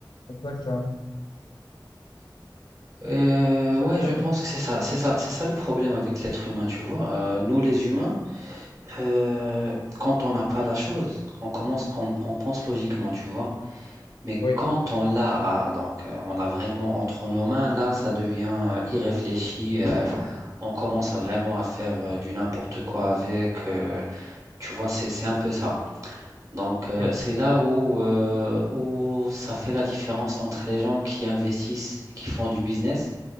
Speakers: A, on the left (about 65°); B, on the right (about 45°).
A: exactement,
B: Euh,
A: exactement.
B: ouais, je pense que c'est ça, c'est ça, c'est ça le problème avec l'être humain, tu vois. Euh, nous, les humains, euh, quand on n'a pas la chose, on commence, on, on pense logiquement, tu vois. Mais
A: Oui,
B: quand on l'a, ah, donc euh, on l'a vraiment entre nos mains, là, ça devient euh, irréfléchi. euh, on commence à vraiment à faire euh, du n'importe quoi avec. euh, tu vois, c'est c'est un peu ça. Donc euh,
A: oui,
B: c'est là où, euh, où ça fait la différence entre les gens qui investissent et qui font du business